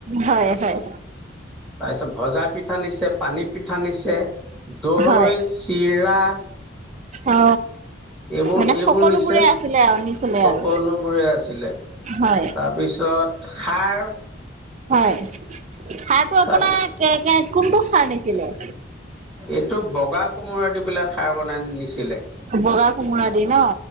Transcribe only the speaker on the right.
হয় হয়
হয়
অ
মানে
সকলোবোৰে
আছিলে আৰু। নিছিলে
আৰু
হয়
হয় সাৰটো আপোনাৰ
কে কোনটো সাৰ নিছিলে?
বগা কোমোৰা দি ন